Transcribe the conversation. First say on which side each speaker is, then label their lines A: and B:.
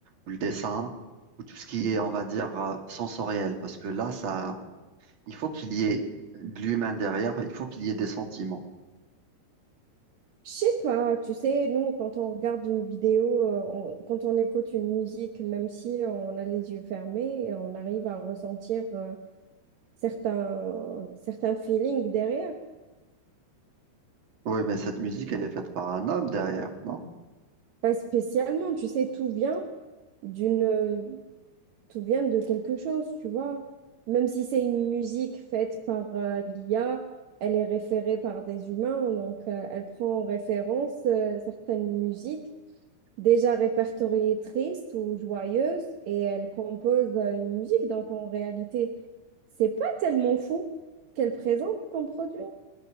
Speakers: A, on the right (about 40°); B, on the right (about 80°).
A: ou le dessin ou tout ce qui est, on va dire, euh, sensoriel, parce que là, ça, il faut qu'il y ait de l'humain derrière, il faut qu'il y ait des sentiments.
B: Je sais pas, tu sais, nous, quand on regarde une vidéo, euh, on- quand on écoute une musique, même si on a les yeux fermés, on arrive à ressentir euh, certains, certains feelings derrière.
A: Oui, mais cette musique, elle est faite par un homme derrière, non?
B: Pas spécialement, tu sais, tout vient. d'une euh, tout vient de quelque chose, tu vois. Même si c'est une musique faite par euh, l'IA, elle est référée par des humains, donc euh, elle prend en référence euh, certaines musiques déjà répertoriées tristes ou joyeuses et elle compose euh, une musique. Donc en réalité, c'est pas tellement fou qu'elle présente comme produit.